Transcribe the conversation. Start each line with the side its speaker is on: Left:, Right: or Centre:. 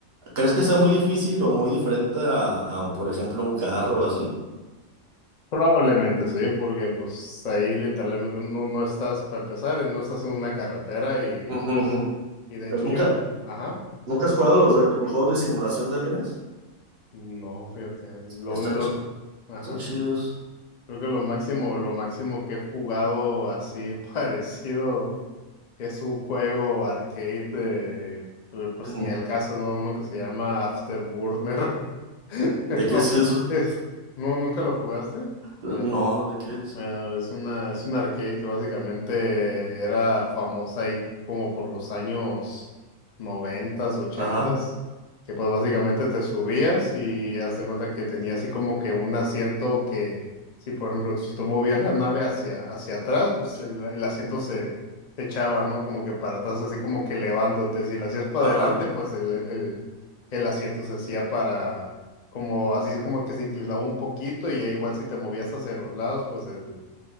Right: ¿crees que sea muy difícil o muy diferente a, a, por ejemplo un carro o así?
Left: Probablemente sí, porque pues ahí literalmente no, no estás, para empezar, no estás en una carretera y
Right: Ujú,
Left: pues,
Right: ujú.
Left: y de
Right: Pero
Left: hecho
Right: nunca
Left: yo, ajá,
Right: nunca has jugado los, de- los juegos de simulación de aviones?
Left: no, fíjate, lo,
Right: Están
Left: lo,
Right: chi-
Left: ajá,
Right: están chidos.
Left: creo que lo máximo, lo máximo que he jugado así <laughs> parecido es un juego arcade, de, pero, pues
Right: Ujú.
Left: ni al caso, ¿no? Uno que se llama Afterburner, <laughs> es
Right: ¿De qué
Left: lo,
Right: es eso?
Left: es, no, ¿nunca lo jugaste?
Right: No,
Left: Bueno.
Right: ¿de qué es?
Left: Bueno, es una, es un arcade que básicamente era famosa ahí como por los años noventas, ochentas,
Right: Ajá,
Left: que pues básicamente te subías y hazte cuenta que tenía así como que un asiento que, si por ejemplo, si tú movías la nave hacia, hacia atrás, pues el, el asiento se, se echaba, ¿no? Como que para atrás, así como que elevándote. Si lo hacías para
Right: ajá.
Left: adelante, pues el, el, el asiento se hacía como así como que se inclinaba un poquito y ya igual si te movías hacia los lados, pues el,